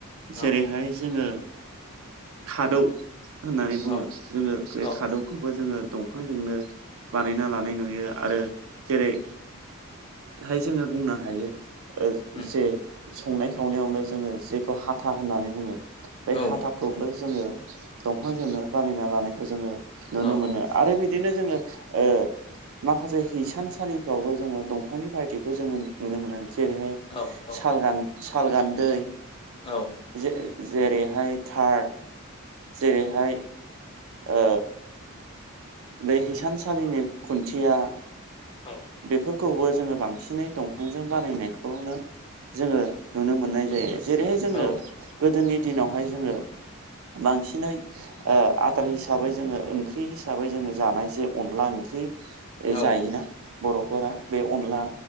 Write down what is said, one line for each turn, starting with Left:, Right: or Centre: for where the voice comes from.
Left: औ
Right: जेरैहाय जोङो खादौ होननानै बुङो
Left: औ
Right: जोङो बे
Left: औ
Right: खादौ
Left: औ
Right: खौबो जोङो दंफांजोंनो बानायना लानाय नुयो आरो जेरै हाय जोङो बुंनो हायो ओ
Left: उम
Right: जे संनाय खावनायावनो जोङो जेखौ हाथा होननानै बुङो बे
Left: औ
Right: हाथाखौबो
Left: उम
Right: जोङो दंफांजोंनो बानायना लानायखौ जोङो नुनो
Left: औ
Right: मोनो आरो बिदिनो जोङो ओ माखासे हिसान सालिफ्रावबो जोङो दंफांनि बाहायथिखौ जोङो नुनो मोनो जेरैहाय
Left: औ औ
Right: सालगान सालगान्दै
Left: औ
Right: जे जेरैहाय थार्र जेरैहाय ओ बे हिसानसालिनि खुन्थिया
Left: औ
Right: बेफोरखौबो जोङो बांसिनै दंफांजों बानायनाय खौनो जोङो नुनो मोननाय जायो जेरैहाय जोङो
Left: औ
Right: गोदोनि दिनावहाय जोङो बांसिनै ओ आदार हिसाबै जोङो ओंख्रि हिसाबै जोङो जानाय जे अनला ओंख्रि
Left: औ
Right: जायोना बर'फोरा बे अनला